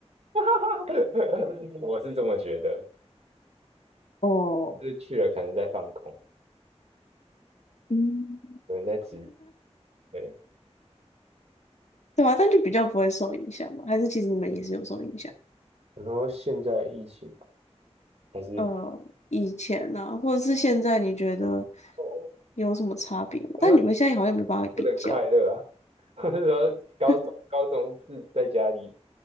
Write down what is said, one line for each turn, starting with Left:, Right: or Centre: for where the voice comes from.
Right: <laughs> 我是这么觉得，
Left: 哦，
Right: 就是去了可能在放空，
Left: 嗯，
Right: 有人在指，对。
Left: 对啊，但就比较不会受影响吧？还是其实你们也是有受影响？
Right: 然后现在疫情嘛还是。
Left: 呃，以前呢、啊，或者是现在，你觉得
Right: 哦。
Left: 有什么差别吗？
Right: 我们
Left: 但你们现在好像没办法比较，
Right: 过得很快乐啊。<laughs> 我那时候高中高中是在家里
Left: <laughs>